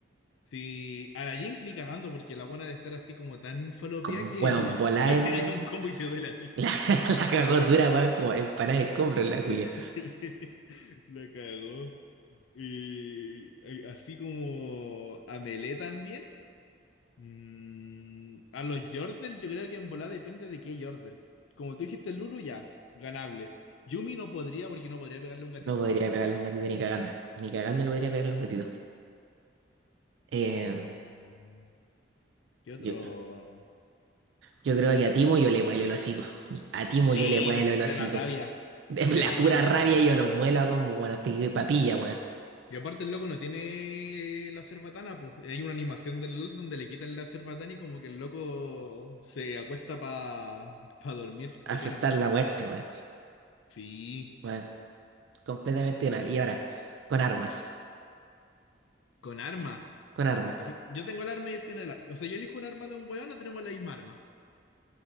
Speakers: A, on the left; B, on the right.
A: Sí, a la Jinx ni cagando porque la buena de estar así como tan falopia
B: Como,
A: que
B: weón,
A: <laughs> le,
B: volá
A: le
B: en.
A: pegáis un combo
B: <laughs>
A: y te duele a ti.
B: La, la cagó dura, weón, como empanada de escombro en la culia.
A: <laughs> La cagó. Y y así como a Melee también. Mm, a los Yordle, yo creo que en volada depende de qué Yordle. Como tú dijiste, Lulu ya, ganable. Yumi no podría porque no podría pegarle a un gatito.
B: No podría pegarle un gatito ni cagando. Ni cagando le podría pegarle un gatito. Eh,
A: Mm, ¿qué otro?
B: yo, yo creo que a Timo yo le vuelo el hocico. A Timo
A: Sí,
B: yo le vuelo el
A: de
B: hocico.
A: la rabia.
B: De
A: De
B: la
A: la
B: pura
A: rabia yo
B: rabia
A: también.
B: yo lo muelo a como, weón, hasta que papilla, weón.
A: Y aparte el loco no tiene la cerbatana, pues. Hay una animación del LOL donde le quitan la cerbatana y como que el loco se acuesta para pa pa dormir
B: Aceptar
A: de pena.
B: la muerte, weón.
A: Sí,
B: Weón, completamente anal. Y ahora, con armas.
A: con arma.
B: Con armas.
A: Así, yo tengo el arma y él tiene el arma. O sea, yo elijo un arma de un weón, no tenemos la misma arma.